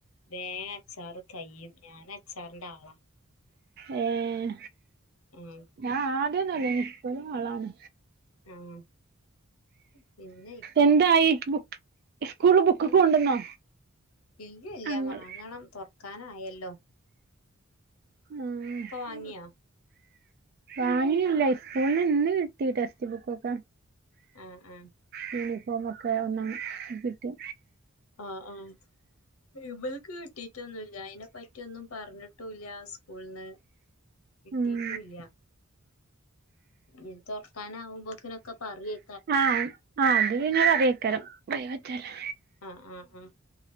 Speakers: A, on the left; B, on the right.
A: വേ അച്ചാറ് കയ്യും ഞാനച്ചാറിന്റാളാ
B: ഏഹേ?
A: ആഹ്
B: ഞാ ആദ്യന്നൊല്ലേനി ഇപ്പഴും ആളാണ്
A: ആഹ് പിന്നെയി
B: എന്തായി ബുക് സ്കൂൾല് ബുകൊക്കെ
A: ബു
B: കൊണ്ടന്നൊ
A: ഇല്ല ഇല്ല
B: അഹ് ഇങ്ങള്
A: വാങ്ങണം തൊറ് കാനായല്ലൊ?
B: ആഹ്
A: വാങ്ങിയാ
B: വാങ്ങീല്ല സ്കൂൾന്ന് ഇന്ന് കിട്ടി ടെക്സ്റ്റ് ബുക്ക്ക്കെ
A: ആഹ് ആഹ്
B: യൂണിഫോമൊക്കെ ഒന്ന് കിട്ടി
A: ആഹ് ആഹ് ഇബൽക്ക് കിട്ടീട്ടൊന്നുല്ല്യ അയിനെപ്പറ്റിയൊന്നും പർഞ്ട്ടൂല്ല്യ സ്കൂൾന്ന് കിട്ടീട്ടൂല്ല്യ
B: ഉം
A: ഇഞ്ഞ് തൊർക്കാനാവുമ്പോക്കിനൊക്കെ പറിയേ
B: ആഹ് ആഹ് അത് പിന്നെ പറിയെക്കാരം പ്രൈവറ്റല്ലെ?
A: ആഹ് ആഹ് ആഹ്